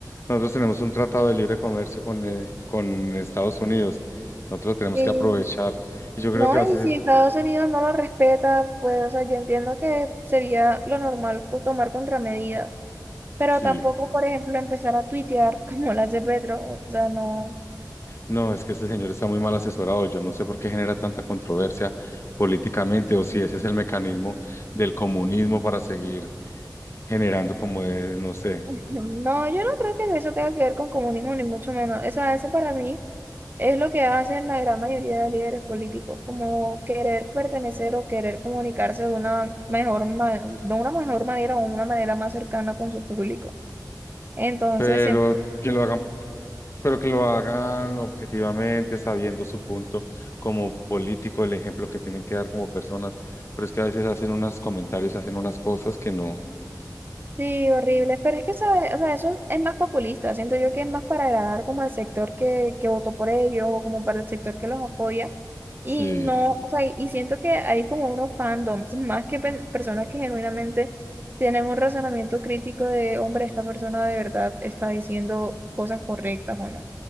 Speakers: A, on the left; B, on the right.
A: nosotros tenemos un tratado de libre comercio con, eh, con Estados Unidos. Nosotros lo tenemos
B: sí,
A: que aprovechar. Y yo creo
B: no,
A: que va a ser,
B: y si Estados Unidos no lo respeta, pues, o sea, yo entiendo que sería lo normal co- tomar contramedidas, pero
A: sí.
B: tampoco, por ejemplo, empezar a tuitear <laughs> como las de Petro, o sea, no.
A: No, es que este señor está muy mal asesorado. Yo no sé por qué genera tanta controversia políticamente o si ese es el mecanismo del comunismo para seguir generando como es, no sé.
B: No, yo no creo que eso tenga que ver con comunismo, ni mucho menos. O sea, eso para mí es lo que hacen la gran mayoría de líderes políticos, como querer pertenecer o querer comunicarse de una mejor, ma- de una mejor manera o una manera más cercana con su público. Entonces,
A: Pero
B: siento
A: que lo hagan, pero que lo hagan objetivamente, sabiendo su punto como político, el ejemplo que tienen que dar como personas. Pero es que a veces hacen unos comentarios, hacen unas cosas que no.
B: Sí, horrible. Pero es que, ¿sabes? O sea, eso es más populista. Siento yo que es más para agradar como al sector que, que votó por ellos o como para el sector que los apoya. Y
A: Sí,
B: no, o sea, y y siento que hay como unos fandoms, más que pen- personas que genuinamente tienen un razonamiento crítico de, hombre, esta persona de verdad está diciendo cosas correctas o no.